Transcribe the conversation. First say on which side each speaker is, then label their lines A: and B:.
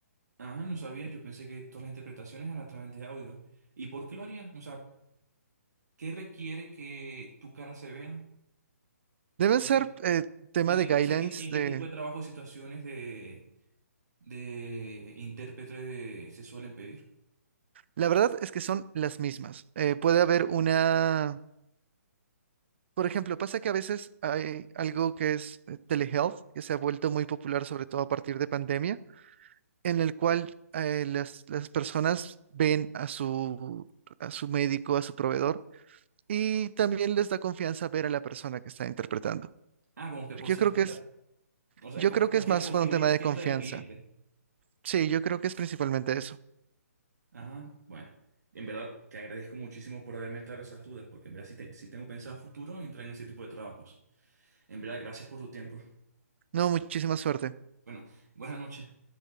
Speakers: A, on the right; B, on the right.
A: Ah, no sabía. Yo pensé que todas las interpretaciones eran a través de audio. ¿Y por qué lo harían? O sea, ¿qué requiere que tu cara se vea?
B: Deben
A: ¿En
B: ser
A: qué,
B: eh, tema
A: en
B: de
A: qué-
B: guidelines
A: o sea, en qué, en
B: de...
A: qué tipo de trabajo o situaciones de, de intérprete se suelen pedir?
B: La verdad es que son las mismas. Eh, puede haber una... Por ejemplo, pasa que a veces hay algo que es eh, telehealth, que se ha vuelto muy popular, sobre todo a partir de pandemia en el cual eh, las, las personas ven a su, a su médico, a su proveedor, y también les da confianza ver a la persona que está interpretando.
A: Ah, como que por
B: Yo
A: seguridad.
B: creo que es,
A: O sea,
B: yo
A: con,
B: creo
A: confia-
B: que es más
A: con
B: por
A: seguridad
B: un tema
A: y confianza
B: de confianza.
A: del cliente.
B: Sí, yo creo que es principalmente eso.
A: Ajá, bueno, en verdad te agradezco muchísimo por haberme aclarado esas dudas, porque en verdad sí, te- sí tengo pensado a futuro entrar en ese tipo de trabajos. En verdad, gracias por tu tiempo.
B: No, muchísima suerte.
A: Bueno, buenas noches.